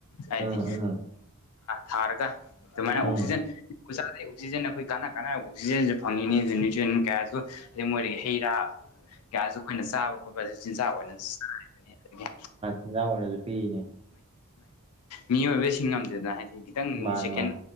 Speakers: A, on the left; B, on the right.
A: ꯍꯥꯏꯗꯤ
B: ꯎꯝ ꯎꯝ
A: ꯊꯥꯔꯒ ꯑꯗꯨꯃꯥꯏꯅ
B: ꯎꯝ
A: ꯑꯣꯛꯁꯤꯖꯦꯟ ꯥꯗꯩ ꯑꯣꯛꯁꯤꯖꯦꯟ ꯑꯩꯈꯣꯏ ꯀꯥꯟꯅ ꯀꯥꯟꯅꯕ ꯑꯣꯛꯁꯤꯖꯦꯟꯁꯨ ꯐꯪꯉꯤꯅꯤ ꯑꯗꯨ ꯅ꯭ꯌꯨꯇ꯭ꯔꯤꯟ ꯀꯌꯥꯁꯨ ꯑꯗꯩ ꯃꯣꯏꯗꯒꯤ ꯍꯩ ꯔꯥ ꯀꯌꯥꯁꯨ ꯑꯩꯈꯣꯏꯅ ꯆꯥꯕ ꯈꯣꯠꯄꯁꯨ ꯆꯤꯟꯖꯥꯛ ꯑꯣꯏꯅꯁꯨ ꯆꯥꯔꯤꯕꯅꯤ ꯑꯗꯒꯤ
B: ꯏꯟꯖꯥꯡ ꯑꯣꯏꯅꯁꯨ ꯄꯤꯔꯤꯅꯦ
A: ꯃꯤꯑꯣꯏꯕꯁꯤꯡ ꯉꯝꯗꯗꯅ ꯍꯥꯏꯗꯤ ꯈꯤꯇꯪꯗꯤ
B: ꯃꯥꯅꯤ
A: ꯁꯦꯀꯦꯟ
B: ꯃꯥꯅꯤ